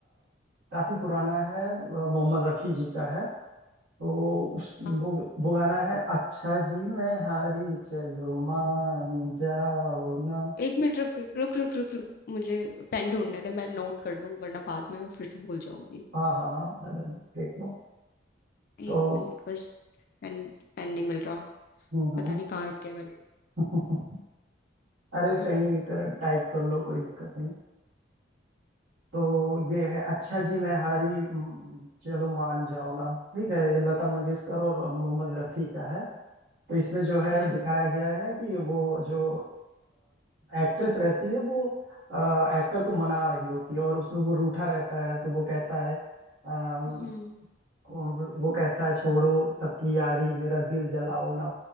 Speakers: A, on the right; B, on the left.
A: काफी पुराना है अ, मोहम्मद रफी जी का है तो उस वो
B: हाँ,
A: वो गाना है अच्छा जी मैं हारी चलो मान जाओ ना
B: एक मिनट रुक रुक रुक रुक रुक मुझे पेन ढूंढने दे मैं नोट कर लूं वरना बाद में मैं फिर से भूल जाऊंगी
A: हाँ हाँ हाँ अगर देख लो तो
B: एक मिनट बस पेन पेन नहीं मिल रहा
A: हम्म हम्म।
B: पता नहीं कहाँ रख दिया मैंने
A: <laughs> अरे
B: हम्म
A: कहीं टाइप कर लो कोई दिक्कत नहीं तो ये है अच्छा जी मैं हारी हम्म, चलो मान जाओ ना ठीक है ये लता मंगेशकर और मोहम्मद रफ़ी का है तो इसमें जो
B: ठीक
A: है
B: है
A: दिखाया गया है कि वो जो एक्ट्रेस रहती है वो एक्टर को मना रही होती है और उसमें वो रूठा रहता है तो वो कहता है अम,
B: हम्म
A: वो कहता है छोड़ो सबकी यारी मेरा दिल जलाओ ना